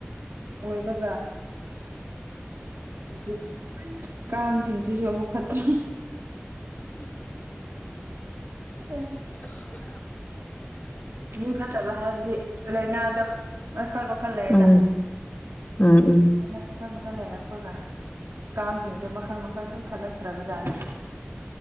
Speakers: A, on the right; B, on the left.
A: ꯑꯣꯏꯕꯒ ꯍꯧꯖꯤꯛ ꯀꯥꯡꯁꯤꯡꯁꯤꯁꯨ ꯑꯃꯨꯛ ꯐꯠꯇ꯭ꯔ ꯑ ꯃꯤ ꯐꯠꯇꯕ ꯍꯥꯏꯕꯗꯤ ꯂꯥꯏꯅꯥꯗ ꯃꯈꯜ ꯃꯈꯜ ꯂꯩꯌꯦꯗ
B: ꯎꯝ ꯎꯝ ꯎꯝ
A: ꯃꯈ ꯃꯈꯜ ꯂꯩꯔꯛꯄꯒ ꯀꯥꯡꯁꯤꯡꯁꯦ ꯃꯈꯜ ꯃꯈꯜ ꯁꯨꯝ ꯐꯠ ꯂꯩꯛꯇ꯭ꯔꯕꯖꯥꯠ